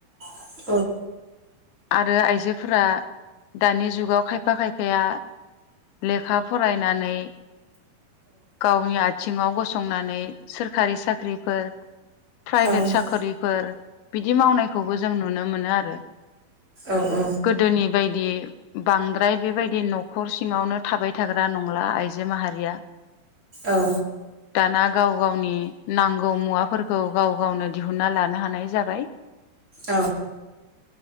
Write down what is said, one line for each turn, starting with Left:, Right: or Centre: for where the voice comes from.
Right: सोरखारि
Left: आरो आइजो। फोरा दानि जुगाव खायफा खायफाया। लेखा फरायनानै गावनि आथिङाव गसंनानै सोरखारि साख्रिफोर प्राइभेट
Right: मावनायखौबो जों नुनो
Left: साख्रिफोर बिदि मावनायखौबो जों नुनो मोनो आरो।
Right: आरो। बांद्राय बेबायदि न'खर सिङावनो
Left: गोदोनि बायदि। बांद्राय बेबायदि न'खर सिङावनो। थाबाय थाग्रा नंला आइजो माहारिया।
Right: औ।
Left: दाना गाव गावनि नांगौ मुवाफोरखौ गाव गावनो दिहुनन्ना लानो हानाय जाबाय।
Right: औ।